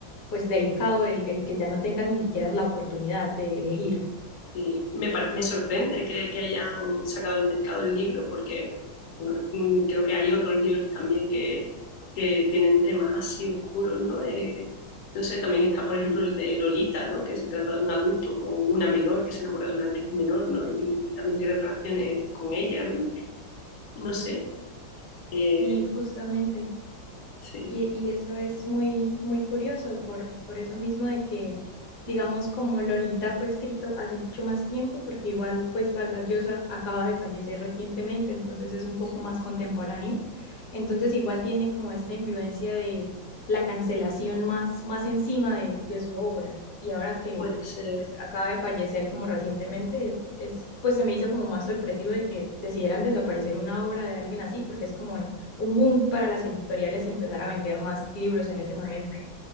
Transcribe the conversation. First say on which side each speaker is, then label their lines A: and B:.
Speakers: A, on the left; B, on the left.
A: pues delicado el, el que ya no tengas ni siquiera la oportunidad de elegir.
B: Y me, me sorprende que, que hayan sacado al mercado el libro porque bueno, mm, creo que hay otros libros también que, que tienen temas así oscuros, ¿no? Eh, no sé, también está, por ejemplo, el de Lolita, ¿no? Que se trata de un adulto con una menor que se enamora de una menor, ¿no? Y, y también tiene relaciones con ella, ¿no? No sé, eh,
A: Y justamente
B: sí,
A: Y, y eso es muy, muy curioso por, por eso mismo de que, digamos, como Lolita fue escrito hace mucho más tiempo, porque igual, pues Vargas Llosa acaba de fallecer recientemente, entonces es un poco
B: sí,
A: más contemporáneo. Entonces igual tiene como esta influencia de la cancelación más, más encima de, de su obra. Y ahora que
B: puede ser.
A: pues acaba de fallecer como recientemente, es, es, pues se me hizo como más sorpresivo de que decidieran desaparecer una obra de alguien así, porque es como un boom para las editoriales empezar a vender más libros en ese momento.